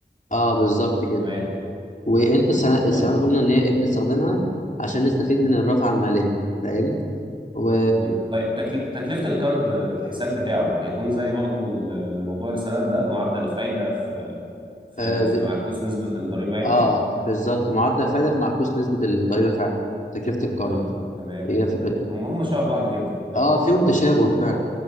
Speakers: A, on the left (about 45°); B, on the right (about 25°).
A: اه بالظبط كده
B: تمام
A: وانت السنة السنة
B: طيب
A: قلنا ان هي ايه بنستخدمها عشان نستفيد من الرافعة المالية فاهم و
B: مم. طيب تكل- تكلفه القرض آه، الحساب بتاعه هيكون زي برضو ال- موضوع السند ده معدل الفايده في في
A: اه
B: في
A: ب-
B: معكوس نسبه الضريبه يعني
A: آه، بالظبط معدل الفايدة في معكوس نسبة الضريبة فعلا تكلفة القرض
B: اه تمام
A: هي فكرة
B: هم هم شبه بعض جدا اه
A: اه فيهم تشابه فعلا